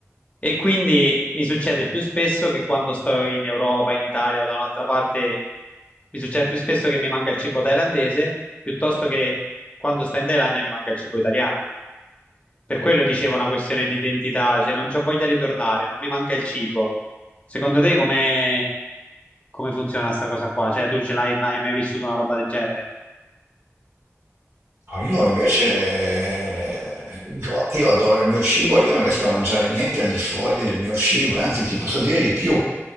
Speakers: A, on the left; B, on the right.
A: E quindi mi succede più spesso che quando sto in Europa, in Italia o da un'altra parte, mi succede più spesso che mi manca il cibo thailandese piuttosto che quando sto in Thailandia mi manca il cibo italiano. Per quello dicevo una questione di identità, cioè non c'ho voglia di tornare, non mi manca il cibo. Secondo te come, come funziona sta cosa qua? Cioè tu ce l'hai mai, mai vissuto una roba del genere?
B: No, io invece, eh, dico, io adoro il mio cibo, io non riesco a mangiare niente al di fuori del mio cibo, e anzi ti posso dire di più,